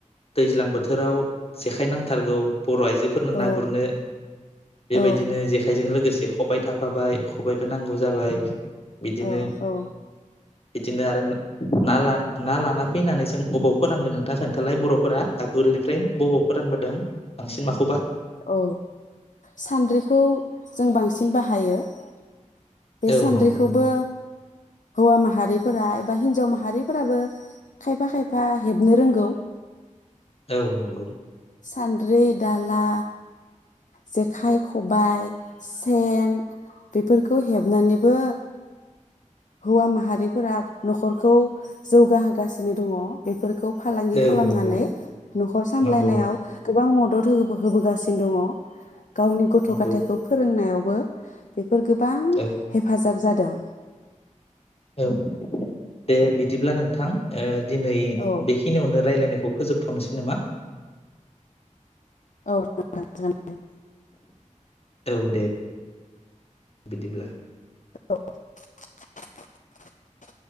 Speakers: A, on the left (about 50°); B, on the left (about 75°).
A: दैज्लां बोथोराव जेखाइ नांथारगौ बर' आइजोफोरनो ना
B: औ
A: गुरनो बेबायदिनो
B: औ
A: जेखाइजों लोगोसे ख'बाय थाफाबाय ख'बायबो नांगौ जाबाय। बिदिनो
B: औ औ
A: बिदिनो आरो ना लान ना लाना फैनानै जों अबाव फोरानगोन नोंथाङा खोन्थालाय बर'फोरा आगोलनिफ्राय। बबाव फोरानबोदों बांसिन माख
B: औ सान्द्रिखौ जों बांसिन बाहायो। <unintelligible> बे
A: औ
B: सान्द्रिखौबो
A: नंगौ नंगौ
B: हौवा माहारिफोरा एबा हिनजाव माहारिफोराबो खायफा खायफा हेबनो रोंगौ।
A: औ नंगौ।
B: सानद्रि दाला जेखाइ खबाय सेन बेफोरखौ हेबनानैबो हौवा माहारिफोरा न'खरखौ जौगाहोगासिनो दङ बेफोरखौ। फालांगि
A: औ
B: खालामनानै
A: नंगौ
B: न'खर सामलायनायाव
A: नंगौ
B: गोबां मदद होबोगासिनो दङ गावनि गथ'
A: नंगौ
B: गथायखौ फोरोंनायाव बो फोर गोबां
A: औ
B: हेफाजाब जाद दों
A: औ दे बिदिब्ला नोंथां ओ दिनै
B: औ
A: बेखिनियावनो रायलायनाय फोजोबथ'नोसै नामा?
B: औ <unintelligible> जागोन दे।
A: औ दे बिदिब्ला
B: औ